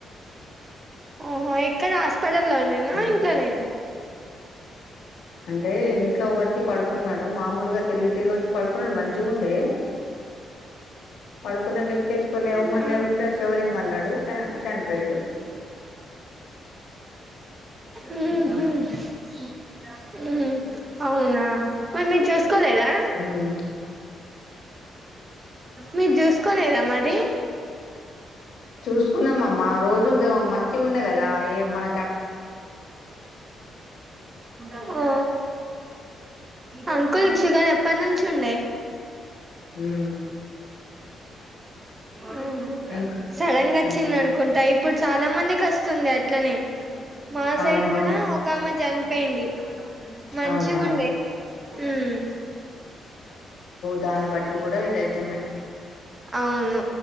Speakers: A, on the right (about 20°); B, on the left (about 65°).
A: ఓహో ఎక్కడ హాస్పిటల్ లోనేనా
B: ఉమ్,
A: ఇంట్లనేనా
B: అంటే ఇంట్లో ఓచ్చి పడుకున్నాడు. మామూలుగా తిరిగి తిరిగి ఓచ్చి పడుకున్నాడు. మంచిగుండే పడుకున్న వ్యక్తి ఎందుకో లేవమన్
A: మ్మ్
B: లేట్ శివరింగ్ అన్నాడు చ చనిపోయిండు
A: మ్మ్
B: ఉమ్
A: హూ మ్మ్ అవునా మని చేస్ కోలేదా
B: ఉమ్,
A: మీరు జుసుకోలేదా మరి
B: చుస్కున్నామమ్మ రోజు మంచిగుండే గదా ఏ మన
A: అహూ అంకుల్ షుగర్ ఎప్పనుంచి ఉండే
B: ఉమ్
A: ఉహు
B: ఇంకా
A: సడనగ వచ్చింది
B: ఉమ్
A: అనుకుంటా ఇప్పుడు చాలా మంది కస్తుంది అట్లనే మా సైడ్
B: అవునవును
A: గూడా ఒక ఆమె జన్పోయింది. మంచిగుండే
B: అవునా
A: మ్మ్
B: దానీ బట్టి గూడా ఇదయితున్నాయి
A: అవును